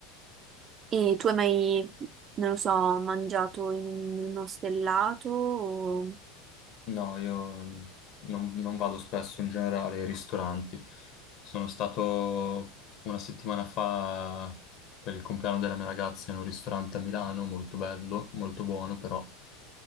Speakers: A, on the right; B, on the left.
A: e tu hai mai, non lo so, mangiato in uno stellato? o-
B: No, io mm, non, non vado spesso in generale ai ristoranti. Sono stato una settimana fa per il compleanno della mia ragazza in un ristorante a Milano, molto bello, molto buono, però